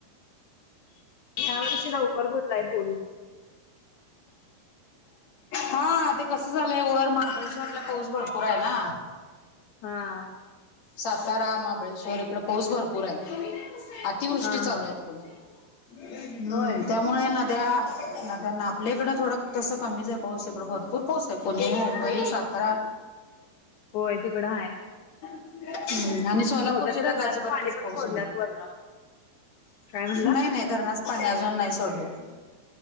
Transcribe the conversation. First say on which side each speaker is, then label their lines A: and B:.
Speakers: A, on the left (about 65°); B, on the left (about 50°).
A: ह्यावर्षी लवकर बुडलाय पुल
B: हा ते कसं झालंय वर महाबळेश्वरला पाऊस भरपूर आहे ना.
A: हा.
B: सातारा महाबळेश्वर इकडे पाऊस भरपूर आहे. अतिवृष्टी
A: हा
B: चालू
A: हा
B: आहे तिकड हम्म
A: होय
B: त्या. त्यामुळे नद्या नद्या आपल्याकडं थोडं तसं कमीच आहे पाऊस इकडं भरपूर पाऊस. ते पुणे मुंबई सातारा.
A: होय तिकडं आहेा.
B: हम्म आणि. सोलापूर
A: बहुतेक
B: जिल्ह्य़ात
A: धरणाचं
B: अजिबातच
A: पाणी पण
B: पाऊस
A: सोडल्यात वरनं काय म्हणला?
B: नाही नाही. धरणाच पाणी अजून नाही सोडलेलं